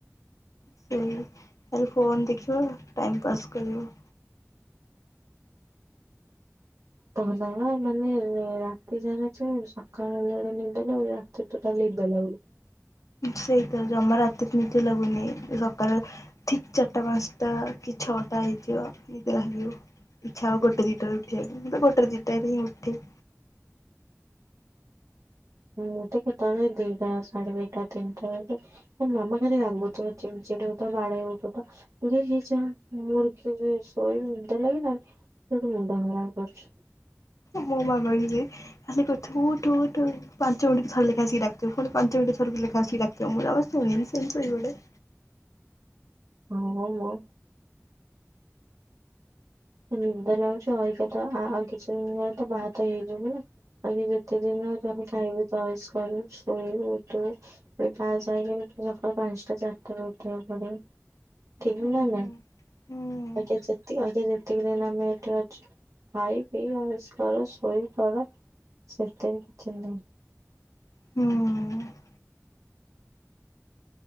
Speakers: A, on the left; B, on the right.
A: ସେଇ ଖାଲି ଫୋନ୍ ଦେଖିବ ଟାଇମ୍ ପାସ୍ କରିବ।
B: ତଦବା ମାନେ ରାତିସାରା ଚେଇଁବୁ ସକାଳ ବେଳେ ନିଦଲାଗିବା। ତୁଟ ଟାଲି ନିଦ ଲାଗୁଛି।
A: ସେଇତ ଜମା ରାତି କେମିତି ଲାଗୁନି ସକାଳ ଚାରିଟା ପାଞ୍ଚଟା କି ଛଅଟା ହେଇଯିବ ନିଦ ଭାଙ୍ଗିବା। ଥାଉ ଗୋଟେ ଦିଟରେ ଉଠିବାକୁ ଗୋଟ ଦିଇଟାରେ ହିଁ ଉଠେ।
B: ହୁଁ ମୁଁ କେତେବେଳେ ଦିଟା ସାଢେ ଦିଟା ତିନିଟା ବେ ମାମା ଖାଲି ରାଗୁଥିବ, ଚିଡ଼ ଚିଡ ହଉଥିବ, ବାଡ଼େଇ ହଉଥିବ। <unintelligible> ଶୋଇବି ନିଦ ଲାଗିଲାଣି, ସେ ଗୋଟେ ମୁଣ୍ଡ ଖରାପ କରୁଛି।
A: ମୋ ମା ମାଇଲେ। ଖାଲି କହୁଥିବା ଉଠୁ ଉଠୁ ପାଞ୍ଚ ମିନିଟ କି ଥରେ ଲେଖାଏ ସିଏ ଡାକୁଥିବ। ପୁଣି ପାଞ୍ଚ ମିନିଟ କି ଥରେ ଲେଖାଏ ସିଏ <unintelligible> ମୁଁ ଶୁଣେନି ପୁଣି ଶୋଇପଡ଼େ।
B: <unintelligible> ନିନ୍ଦ ଲାଗୁଛି <unintelligible> ତ ଆଉ ଆଉ କିଛି ଦିନି ପରେ ତୁ ବାହା ତ ହେଇଯିବୁ। ଏଇନା ଯେତେ ଦିନି ଅଛନ୍ତି ଖାଇବୁ ଅଏସ୍ କରିବୁ ଶୋଇବୁ ଉଠିବୁ। ଫେଣି ବାହାସା ହେଇଗଲେ ସକାଳୁ ପାଞ୍ଚଟା ଚାରିଟାରୁ ଉଠିବାକୁ ପଡେ। ଠିକ୍
A: ହୁଁ
B: ନା ନା
A: ହୁଁ
B: ଆଜ୍ଞା ଯେତି ଆଜ୍ଞା ଯେତିକି ଦିନି ଆମେ ଏଠାରେ ଅଛୁ ଖାଇ ପି ଅଏସ୍ କର ଶୋଇ ପଡ ସେଥିରେ କିଛି ନାହିଁ।
A: ହୁଁ।